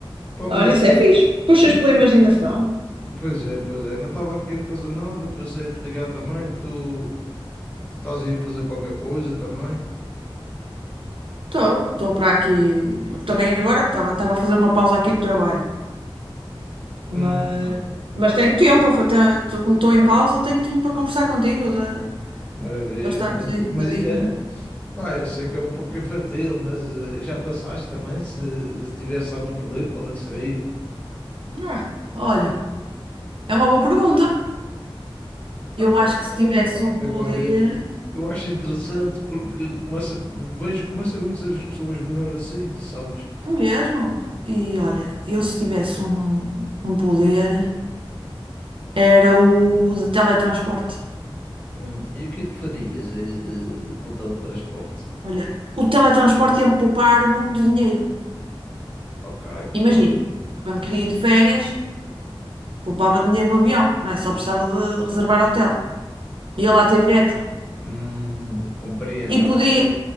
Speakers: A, on the left; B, on the right.
A: Pá,
B: Olha,
A: mas,
B: isso é fixe. Puxas
A: <laughs>
B: pela imaginação.
A: pois é, pois é, não estava aqui a fazer nada, pensei em te ligar também, tu, tu estás aí a fazer qualquer coisa também.
B: estou estou para aqui. Também agora estava estava a fazer uma pausa aqui de trabalho,
A: Hum,
B: mas
A: ah,
B: mas tenho tempo. foi- te- tô- Como estou em
A: é?
B: pausa, tenho tempo para conversar contigo, eh,
A: maravilha.
B: para estarmos
A: Mas,
B: aí um
A: mas
B: bocadinho.
A: e já, pá, eu sei que é um pouco infantil, mas eh, já pensaste também se, se tivesse algum poder, qual é que seria?
B: Ah, olha, é uma boa pergunta. Eu
A: Ah, pá,
B: acho que se
A: não
B: tivesse
A: tenho claro
B: um poder,
A: agora. Eu acho interessante porque começa, vejo, começo a conhecer as pessoas melhor assim, sabes?
B: é mesmo, e olha, eu se tivesse um, um poder, era o de teletransporte.
A: Hum, e o que é que farias eh, eh, com o teletransporte?
B: Olha, o teletransporte ia-me poupar muito dinheiro.
A: Ok,
B: Imagina,
A: tá.
B: quando queria ir de férias, poupava dinheiro no avião, não é? Só precisava de reservar hotel. Ia lá ter direta.
A: Hum, compreendo,
B: E podia,
A: ok.